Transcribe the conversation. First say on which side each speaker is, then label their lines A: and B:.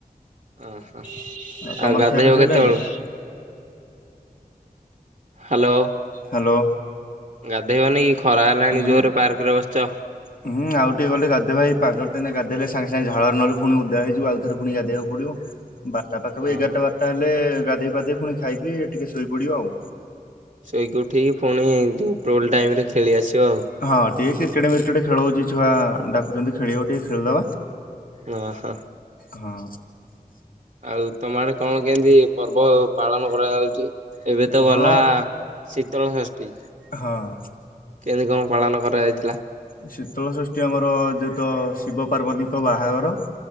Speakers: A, on the right; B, on the left.
A: ଓହୋ,
B: ତମର
A: ଆଉ ଗାଧେଇବ
B: ଖିଆପିଆ ସଇଲାଣି?
A: କେତବେଳୁ? ହାଲୋ।
B: ହ୍ୟାଲୋ।
A: ଗାଧେଇବନି କି ଖରା ହେଲାଣି
B: ହୁଁ
A: ଜୋରେ ପାର୍କ ରେ ବସିଚ?
B: ହୁଁ, ଆଉ ଟିକେ ଗଲେ ଗାଧେଇବା। ଏଇ ପାଗରେ ତ ଏଇନା ଗାଧେଇଲେ ସାଙ୍ଗେ ସାଙ୍ଗେ ଝାଳ ନହେଲେ ଫୁଣି ଓଦା ହେଇଯିବୁ। ଆଉ ଥରେ ପୁଣି ଗାଧେଇଆକୁ ପଡିବ। ବାରଟା ପାଖାପାଖି
A: ଓହୋ
B: ଏଗାରଟା ବାରଟା ହେଲେ ଗାଧେଇ ପାଧେଇ ପୁଣି ଖାଇକି ଟିକେ ଶୋଇ ପଡିବା ଆଉ।
A: ଶୋଇକି ଉଠିକି ଫୁଣି ଯୋଉ ଉପରଅଳି ଟାଇମ୍ ରେ ଖେଳି ଆସିବ ଆଉ।
B: ହଁ ଟିକେ କ୍ରିକେଟ୍ ମିରକେଟ ଖେଳ ହଉଚି। ଛୁଆ ଡାକୁଚନ୍ତି ଖେଳିବ ଟିକେ ଖେଳିଦବା।
A: ଓ ହୋ।
B: ହଁ।
A: ଆଉ ତୋମ ଆଡେ କଣ କେମିତି ପର୍ବ ପାଳନ କରାଯାଉଚି? ଏବେ ତ
B: ହଁ
A: ଗଲା ଶୀତଳଷଷ୍ଠୀ।
B: ହଁ।
A: କେମିତି କଣ ପାଳନ କରାଯାଇଥିଲା?
B: ଏ ଶୀତଳଷଷ୍ଠୀ ଆମର ଯେ ତ ଶିବ ପାର୍ବତୀ ଙ୍କ ବାହାଘର।